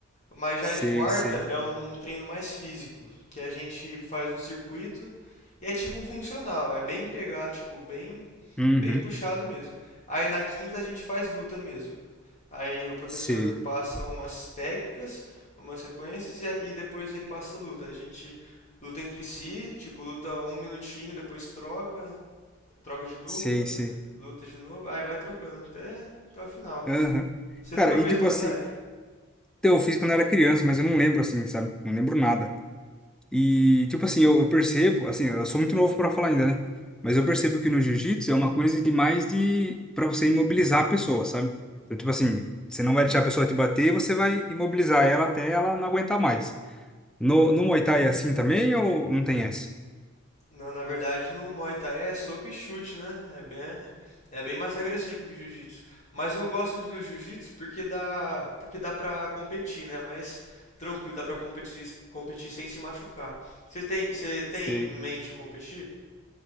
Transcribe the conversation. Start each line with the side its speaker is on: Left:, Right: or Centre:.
Left: Mas
Centre: Sei,
Left: já de quarta
Centre: sei.
Left: é um treino mais físico, que a gente faz um circuito e é tipo um funcional, é bem pegado, tipo, bem,
Centre: Uhum.
Left: bem puxado mesmo. Aí na quinta a gente faz luta mesmo. Aí o professor
Centre: Sei.
Left: passa umas técnicas, umas sequências e, a- e depois ele passa luta. A gente luta entre si, tipo, luta um minutinho, depois troca, troca de dupla,
Centre: Sei, sei.
Left: luta de novo, aí vai trocando até, até o final.
Centre: Aham.
Left: Você
Centre: Cara,
Left: nunca fez
Centre: e tipo
Left: Muay
Centre: assim,
Left: Thai?
Centre: então, eu fiz quando eu era criança, mas eu não lembro assim, sabe? Não lembro nada. E, tipo assim, eu, eu percebo, assim, eu sou muito novo para falar ainda, né? Mas eu percebo que no jiu-jitsu é uma coisa de mais de para você imobilizar a pessoa, sabe? Então, tipo assim, você não vai deixar a pessoa te bater, você vai imobilizar ela até ela não aguentar mais. No, no Muay Thai é assim também ou não tem essa?
Left: Não, na verdade no Muay Thai é soco e chute, né? É bem, é bem mais agressivo que o Jiu-Jitsu. Mas eu gosto do Jiu-Jitsu porque dá, porque dá pra competir, né? mais tranquilo, dá pra competir, competir sem se machucar. Você tem, você tem
Centre: Sei.
Left: em mente competir?